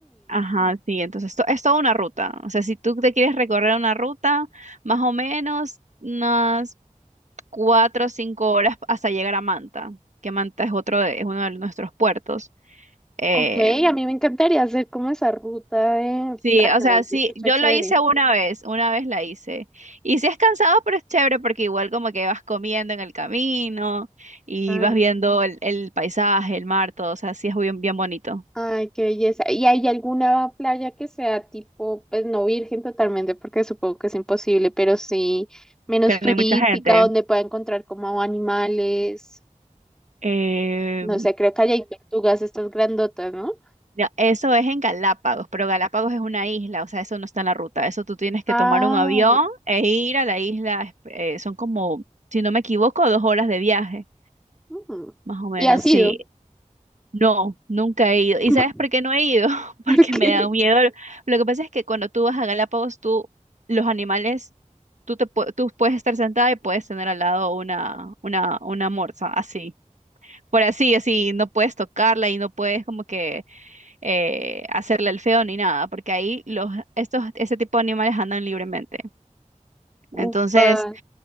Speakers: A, on the right; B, in the centre.
A: Ajá, sí, entonces esto es toda una ruta. O sea, si tú te quieres recorrer una ruta, más o menos unas cuatro o cinco horas hasta llegar a Manta, que Manta es otro de, es uno de nuestros puertos. Eh,
B: Ok, a mí me encantaría hacer como esa ruta de
A: sí,
B: playa,
A: o sea, sí,
B: se escucha
A: yo
B: chévere.
A: lo hice una vez, una vez la hice. Y sí es cansado, pero es chévere porque igual como que vas comiendo en el camino y
B: Ah,
A: vas viendo el, el paisaje, el mar, todo, o sea, sí es bien, bien bonito.
B: Ay, qué belleza. ¿Y hay alguna playa que sea tipo, pues no virgen totalmente, porque supongo que es imposible, pero sí menos
A: Que
B: turística,
A: no hay mucha gente.
B: donde pueda encontrar como animales?
A: Eh,
B: No sé, creo que allá hay tortugas, estas grandotas, ¿no?
A: Ya, eso es en Galápagos, pero Galápagos es una isla, o sea, eso no está en la ruta. Eso tú tienes que
B: Ah,
A: tomar un avión e ir a la isla. es- eh, son como, si no me equivoco, dos horas de viaje,
B: mm.
A: más o menos,
B: ¿Y ha sido?
A: sí. No, nunca he ido. ¿Y
B: <laughs>
A: sabes por qué no he ido? <laughs>
B: Porque,
A: Porque me da miedo. Lo que pasa es que cuando tú vas a Galápagos, tú, los animales, tú, te, pu- tú puedes estar sentada y puedes tener al lado una, una, una morsa, así. Por así, así, no puedes tocarla y no puedes como que eh, hacerle el feo ni nada, porque ahí los, estos, este tipo de animales andan libremente.
B: upa,
A: Entonces,